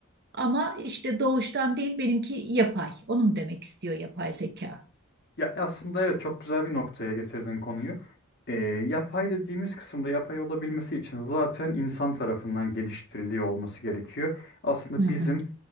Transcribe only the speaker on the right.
ama işte doğuştan değil benimki yapay. Onu mu demek istiyor yapay zeka?
Hı
hı,